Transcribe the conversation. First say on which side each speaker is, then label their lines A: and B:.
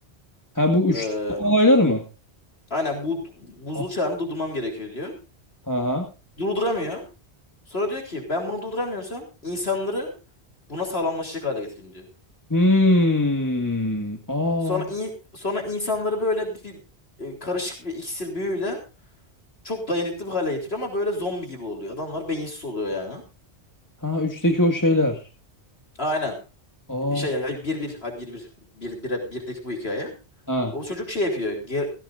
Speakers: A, on the left (about 15°); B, on the left (about 65°).
A: Ha bu üç
B: E,
A: olaylar mı?
B: aynen bu buzul
A: Ha.
B: çağını durdurmam gerekiyor diyor.
A: Ha.
B: Durduramıyor. Sonra diyor ki ben bunu durduramıyorsam insanları buna sağlamlaşacak hale getireyim diyor.
A: Hmm. Aa.
B: Sonra in- sonra insanları böyle bir, bir- e, karışık bir iksir büyüyle Çok dayanıklı bir hale getiriyor ama böyle zombi gibi oluyor. Adamlar beyinsiz oluyor yani.
A: Ha üçteki o şeyler.
B: Aynen.
A: Aa.
B: Şey ya bir bir ha bir bir bir bire birdeki bu hikaye.
A: Ha.
B: O çocuk şey yapıyor. Ger,